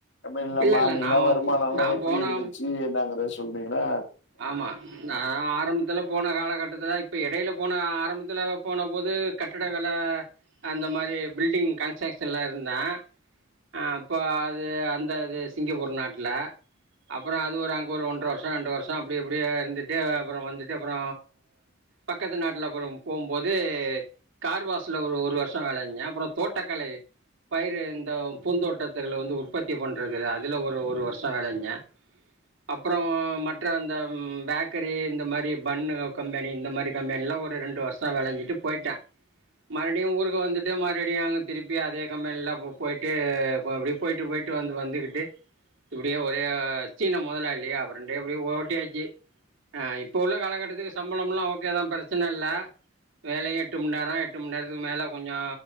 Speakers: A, on the left; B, on the right.
A: கம்பேனிலா
B: இல்லை
A: மார்னீங்களா
B: இல்லை நான்
A: வருமான
B: பு-
A: அல்லா
B: நான்
A: எப்புடி
B: போன
A: இருந்துச்சி என்னங்கறது சொன்னீங்ன்னா
B: ஆம்மா நா ஆரம் த்துல போன காலகட்டத்துல இப்ப எடையில போன ஆரம்பத்துல போன போது கட்டட வேல அந்த மாரி பில்டிங் கன்ஸ்ஸக்க்ஷன்ல இருந்த அ அப்ப அது அந்தது சிங்கப்பூர் நாட்ல அப்பற அது ஒரு அங்க ஒரு ஒன்ற வருஷ ரெண்டு வருஷொ அப்டி இப்டியே இருந்துட்டு அப்பற வந்துட்டு அப்பற பக்கத்து நாட்டுல அப்பறம் போம்போது கார்வாஸ்ல ஒரு ஒரு வர்ஷொ வேல செஞ்சே அப்பற தோட்டக்கலை பயிறு இந்த பூந்தோட்டத்துகல்ல வந்து உற்பத்தி பண்றது அதுல ஒரு ஒரு வர்ஷ வேல ஞ்ஞ அப்பற மற்றந் இந்த ம் பேக்கரி இந்த மாரி பண்ணு உ கம்பெனி இந்த மாரி கம்பென்ல்ல ஒரு ரெண்டு வர்ஷ வேல ஞ்சிட்டுப் பொய்ட்ட மறுபுடியு ஊருக்கு வந்துட்டு மறுபுடியு அங்க திருப்பி அதே கம்பென்ல்லப் போ பொய்ட்டு போ அப்டி போய்ட்டு போய்ட்டு வந்து வந்துகிட்டு இப்டியே ஒரே சீனா முதலாளியா அப்பர டெபில்லு ஓட் ட்டியாச்சி அ இப்ப உள்ள காலகட்டத்துக்கு சம்பளம்லாம் ஓக்கேதா பரச்சன இல்ல வேலையு எட்டு மண் நேர எட்டு மணி நேரதுக்கு மேலே கொஞ்சொ